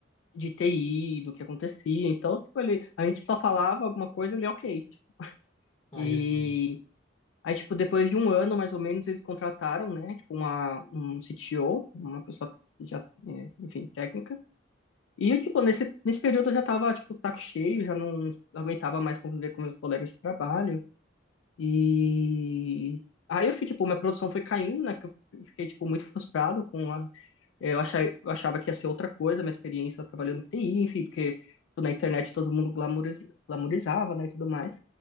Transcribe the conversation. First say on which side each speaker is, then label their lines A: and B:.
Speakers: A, on the left (about 70°); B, on the left (about 30°).
A: de TI, do que acontecia. Então, tipo, ele, a gente só falava alguma coisa, ele, é ok. tipo.
B: Aí
A: E
B: é foda.
A: aí, tipo, depois de um ano, mais ou menos, eles contrataram, né, tipo, uma, um CTO, uma pessoa já, é, enfim, técnica. E, eu, tipo, nesse, nesse período eu já tava, tipo, saco cheio, já não aguentava mais conviver com meus colegas de trabalho. E aí eu fui, tipo, minha produção foi caindo, né, que eu fiquei, tipo, muito frustrado com a é, Eu achava, eu achava que ia ser outra coisa, minha experiência trabalhando no TI, enfim, porque tipo, na internet todo mundo glamouris- glamourizava, né, e tudo mais.